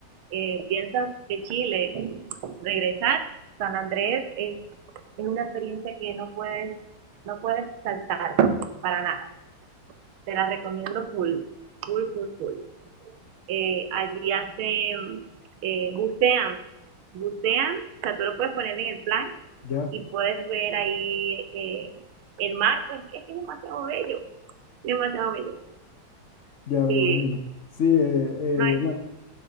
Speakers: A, on the right; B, on the left.
A: eh, piensas de Chile regresar, San Andrés es, es una experiencia que no puedes, no puedes saltar para nada. Te la recomiendo full, full, full, full. Eh, allí hacen, eh, bucean, bucean, o sea, tú lo puedes poner en el plan
B: ya,
A: y puedes ver ahí eh, el mar, pues es que es demasiado bello, demasiado bello.
B: ya me
A: Sí,
B: imagino. Sí, eh,
A: no, es-
B: eh, bueno,